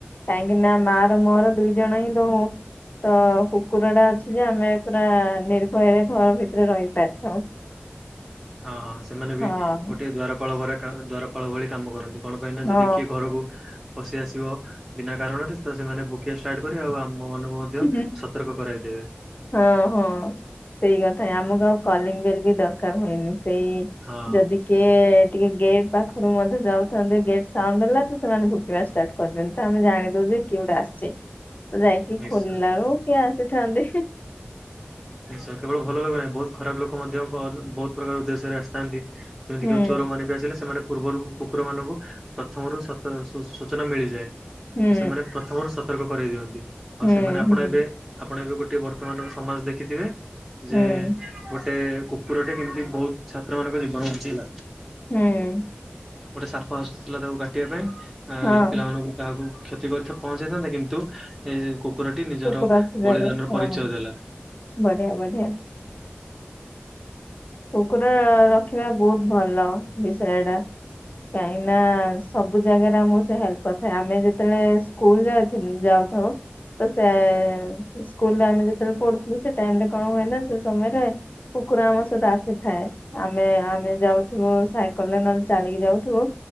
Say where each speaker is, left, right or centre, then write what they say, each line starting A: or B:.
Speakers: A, on the left; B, in the centre.
A: କାହିଁକ ନା ମା ର ମୋର ଦୁଇ ଜଣ ହିଁ ରହୁ। ତ କୁକୁର ଟା ଅଛି ଯେ ଆମେ ପୁରା ନିର୍ଭୟରେ ଘର ଭିତରେ ରହି ପାରିଥାଉ।
B: ହଁ ହଁ ସେମାନେ ବି
A: ହଁ
B: ଗୋଟିଏ ଦ୍ୱାରପାଳ ଘରେ କାହାର ଦ୍ୱାରପାଳ ଭଳି କାମ କରନ୍ତି କଣ ପାଇଁ ନା
A: ହଁ
B: ଯଦି କିଏ ଘରକୁ। ପଶି ଆସିବ ବିନା କାରଣରେ ତ ସେମାନେ ଭୁକ୍ ଭୁକିବା ଷ୍ଟାଟ୍ କରିବେ, ଆଉ ଆମ ମାନକୁ ମଧ୍ୟ
A: ହୁଁ,
B: ସତର୍କ କରାଇଦେବେ।
A: ହଁ ହଁ ସେଇ କଥା ଆମକୁ ଆଉ କଲିଙ୍ଗ ବେଲ ବି ଦରକାର ହୁଏନି, ସେଇ
B: ହଁ
A: ଯଦି କିଏ ଟିକିଏ ଗେଟ୍ ପାଖରୁ ମଧ୍ୟ ଯାଉଥାନ୍ତି ଗେଟ୍ ସାଉଣ୍ଡ ହେଲା ତ ସେମାନେ ଭୁକିବା ଷ୍ଟାଟ କରିଦିଅନ୍ତି ତ ଆମେ ଜାଣିଦଉ ଯେ କିଏ ଗୋଟେ ଆସିଛି, ତ ଯାଇ
B: ନିଶ୍ଚୟ
A: ଖୋଲିଲାରୁ କିଏ ଆସିଥାନ୍ତି।
B: ନିଶ୍ଚୟ କେବଳ ଭଲ ନୁହେଁ ବହୁତ ଖରାପ ଲୋକ ମଧ୍ୟ ବହୁତ ପ୍ରକାର ଉଦ୍ଦେଶ୍ୟରେ ଆସିଥାନ୍ତି। ଯେମିତି
A: ହୁଁ
B: କି ଚୋରମାନେ ବି ଆସିଲେ ସେମାନେ। ପୂର୍ବରୁ କୁକୁର ମାନଙ୍କୁ ପ୍ରଥମରୁ ସ ତ ସୂଚନା ମିଳିଯାଏ
A: ହୁଁ
B: ସେମାନେ ପ୍ରଥମରୁ ସ ସତର୍କ କରେଇ ଦିଅନ୍ତି ଆଉ
A: ହୁଁ
B: ସେମାନେ ଆପଣ
A: ହୁଁ
B: ଏବେ ଆପଣ ଏବେ ଗୋଟେ ବର୍ତ୍ତମାନର ସମାଜ ଦେଖିଥିବେ।
A: ହୁଁ
B: ଯେ ଗୋଟେ କୁକୁରଟେ କେମିତି ବହୁତ ଛାତ୍ର ମାନଙ୍କ ଜୀବନ ବଞ୍ଚେଇଲା।
A: ହୁଁ।
B: ଗୋଟେ ସାଫ ଆସିଥୁଲା ତାକୁ କାଟିବା ପାଇଁ ଆଁ
A: ହଁ
B: ଲୋକ ପିଲା ମାନଙ୍କୁ। କାହାକୁ କ୍ଷତି କରି ପହଞ୍ଚେଇଥାନ୍ତା କିନ୍ତୁ ଏ କୁକୁରଟି ନିଜର
A: କୁକୁର ଥିବାରୁ
B: ବଳିଦାନର
A: ହଁ
B: ପରିଚୟ ଦେଲା।
A: ବଢିଆ ବଢ଼ିଆ। କୁକୁର ରଖିବା ବହୁତ ଭଲ ବିଷୟ ଟା। କାହିଁକି ନା ସବୁ ଜାଗାରେ ଆମକୁ ସେ ହେଲ୍ପ କରିଥାଏ ଆମେ ଯେତେବେଳେ ସ୍କୁଲ ଯାଉ ଯାଉଥାଉ। ତ ସେ ସ୍କୁଲରେ ଆମେ ଯେତେବେଳେ ପଢୁଥୁଲୁ ସେ ଟାଇମରେ କଣ ହୁଏ ନା ସେ ସମୟରେ। କୁକୁର ଆମ ସହିତ ଆ ସେଥାଏ ଆମେ ଆମେ ଯାଉଥୁବୁ ସାଇକେଲରେ ନହେଲେ ଚାଲିକି ଯାଉଥୁବୁ।